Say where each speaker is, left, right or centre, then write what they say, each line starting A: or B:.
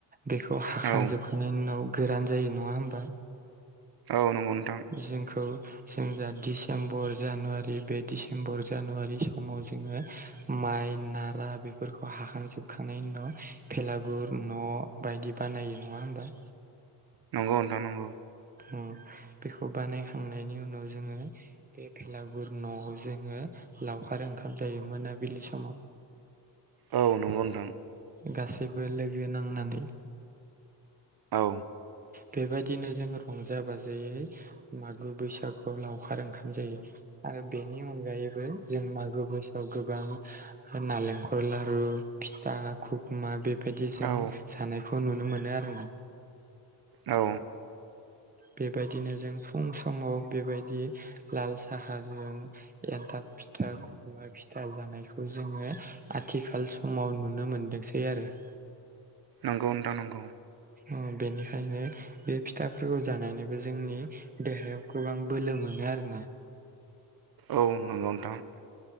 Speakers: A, on the right; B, on the right.
A: बेखौ हाखांजोबखांनायनि
B: औ
A: उनाव गोरान जायो नङा हबा?
B: औ नंगौ नोंथां।
A: जोंखौ जों जा डिसेम्बर जानुवारि बे दिसे दिसेेम्बर जानुवारि समाव जोंङो माइ नारा बेफोरखौ हाखांजोब खानायनि उ न' भेलागुर न' बायदि बानायो नंङा होमबा
B: नंगौ नोंथां नंगौ।
A: उम बेखौ बानायखांनायनि उनाव जोङो बे भेलागुर न' जोंङो लावखार ओंखाम जायो मोनाबिलि समाव
B: औ नंगौ नोंथां।
A: गासैबो लोगो नांनानै
B: औ
A: बेबायदिनो जोङो रंजा बाजायै मागो बैसागुआव लावखार ओंखाम जायो आरो बे बेनि अनगायैबो जों मागो बैसोआव गोबां नालेंखर लारु फिथा खखुमा बे बायदि जों
B: औ
A: जानायखौ नुनो मोनो आरो ना।
B: औ।
A: बेबायदिनो जों फुं समाव बेबायदि लाल साहाजों एनथाब फिथा मा फिथा जानायखौ जोङो आथिखाल समाव नुनो मोनदोंसै आरो। <inaudible>
B: नंगौ नोंथां नंगौ
A: उम बेनिखायनो बे फिथाफोरखौ जानायनिबो जोंनि देहायाव गोबां बोलो मोनो आरोना।
B: औ नंगौ नोंथां।